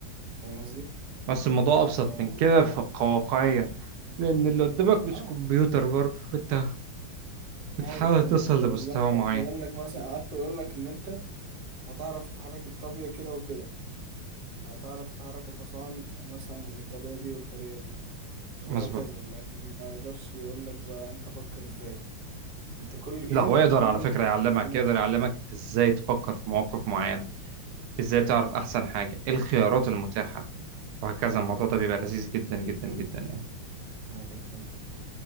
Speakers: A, on the right; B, on the right.
A: فاهم قصدي؟
B: بس الموضوع ابسط
A: ف
B: من كده ف- كواقعيا لان اللي قدامك مش
A: اه
B: كمبيوتر برضه وانت بتحاول
A: ايوه ايوه
B: توصل
A: انت بدل
B: لمستوى
A: انت
B: معين
A: هيقول لك مثلا اخره يقول لك ان انت هتعرف تحرك الطابية كده وكده هتعرف تحرك الحصان مثلا الطريقة دي والطريقة دي وهكذا
B: مظبوط
A: لكن ما يقدرش يقول لك بقى انت فكر ازاي انت كل جيم
B: لا هو يقدر
A: ليه
B: على
A: مليون
B: فكرة يعلمك
A: احتمال
B: يقدر يعلمك انت ازاي تفكر في مواقف معينة ازاي
A: امم
B: تعرف احسن حاجة ايه الخيارات المتاحة وهكذا
A: ايوه
B: الموضوع ده بيبقى لذيذ جدا جدا جدا يعني
A: ايوه فهمت